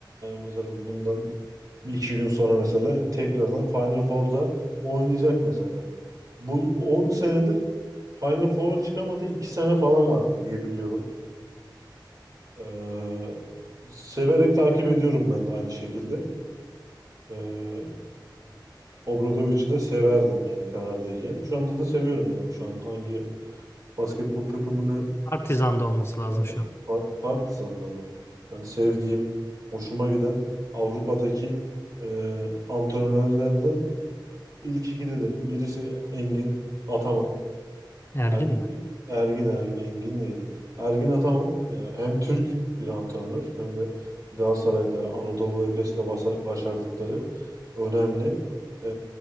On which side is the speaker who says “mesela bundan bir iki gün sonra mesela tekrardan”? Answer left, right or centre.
Right